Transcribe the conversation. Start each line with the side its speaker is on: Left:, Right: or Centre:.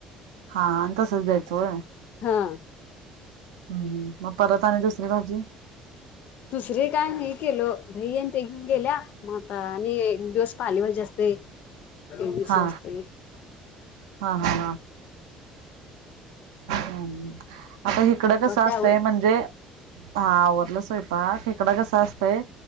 Right: हा आणि तसच द्यायचं होय.
Left: हा
Right: हम्म म परत आणि दुसरी भाजी
Left: दुसरे काय नाही केलो दही आणि ते घेऊन गेल्या म आता आणि एक दिवस पाले भाजी असतय. एक दिवस
Right: हा
Left: हे असतय <inaudible>
Right: हा हा हा <inaudible> आता हिकडं कसं असतंय
Left: ते आवरला
Right: म्हणजे हा आवरलं स्वयंपाक हिकडं कसं असतंय